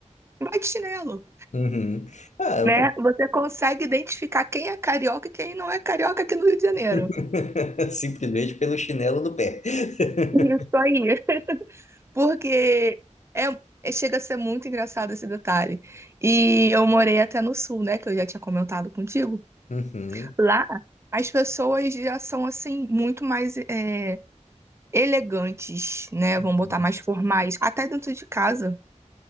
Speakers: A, on the right; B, on the left.
A: Vai de chinelo.
B: Uhum. Ah, eu-
A: né? Você consegue identificar quem é carioca e quem não é carioca aqui no Rio de Janeiro.
B: <laughs> simplesmente pelo chinelo no pé. <laughs>
A: Isso aí. Porque é, é- chega a ser muito engraçado esse detalhe. E eu morei até no sul, né? Que eu já tinha comentado contigo.
B: Uhum.
A: Lá, as pessoas já são, assim, muito mais é, elegantes, né?
B: Uhum.
A: Vamos botar mais formais. Até dentro de casa.